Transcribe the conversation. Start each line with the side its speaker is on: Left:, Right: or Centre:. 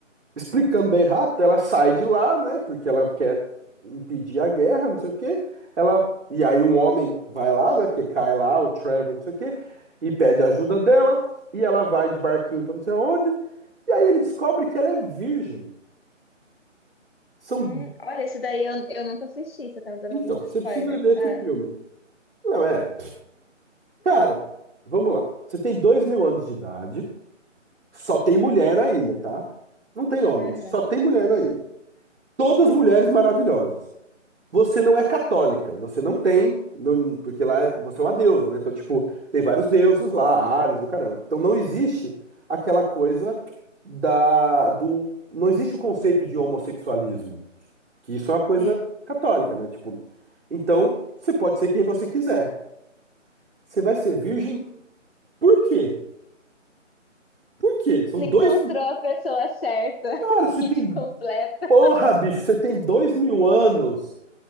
Right: explicando bem rápido, ela sai de lá, né? Porque ela quer impedir a guerra, não sei o quê. Ela, e aí um homem vai lá, né? Porque cai lá o Trevor, não sei o quê, e pede ajuda dela, e ela vai de barquinho pra não sei onde. E aí ele descobre que ela é virgem. São,
Left: Hum, olha, esse daí eu, eu nunca assisti, você tá me dando
Right: então,
Left: alguns spoilers.
Right: você precisa ver
Left: Ah,
Right: esse filme. Não é? Cara, vamos lá. Você tem dois mil anos de idade, só tem mulher na ilha, tá? Não tem homens.
Left: aham.
Right: só tem mulher na ilha. Todas mulheres maravilhosas. Você não é católica, você não tem, não- porque lá você é uma deusa, né? Então, tipo, tem vários deuses lá, Ares e o caramba. Então não existe aquela coisa da, do, não existe o conceito de homossexualismo, que isso é uma coisa
Left: Sim.
Right: católica, né? Tipo, então você pode ser quem você quiser. Você vai ser virgem por quê? Por quê? São
Left: Não
Right: dois,
Left: encontrou a pessoa certa, <laughs>
Right: cara, você
Left: o kit
Right: tem,
Left: completa
Right: porra, bicho, você tem dois mil anos.